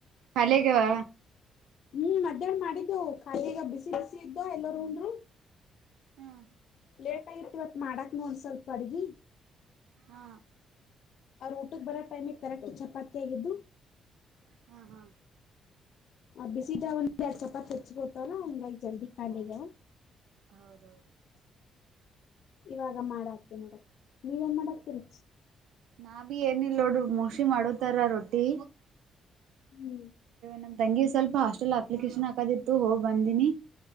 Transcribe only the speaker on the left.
ಹ್ಮ ಮಧ್ಯಾನ ಮಾಡಿದ್ದು ಖಾಲಿ ಈಗ ಬಿಸಿ ಬಿಸಿ ಇದ್ದು ಎಲ್ಲರೂ ಉಂಡ್ರು.
ಲೇಟ್ ಆಗಿತ ಇವತ್ ಮಾಡಾಕನೂ ಒಂದ ಸ್ವಲ್ಪ ಅಡ್ಗಿ.
ಅವ್ರ ಊಟಕ್ಕ ಬರೋ ಟೈಮಿಗೆ ಕರೆಕ್ಟ್ ಚಪಾತಿಯಗಿದ್ದು.
ಅ ಬಿಸಿ ದ ಒಂದ ಚಪಾತ ಹೆಚ್ಚಿಗ ಹತಲ್ಲ ಹಂಗಾಗಿ ಜಲ್ದಿ ಕಾಲಿ
ಆಗ್ಯಾವ.
ಇವಾಗ ಮಾಡಾತಿ ನೋಡ ನೀವೇನ್ ಮಾಡತಿರಿ.
ಹ್ಮ.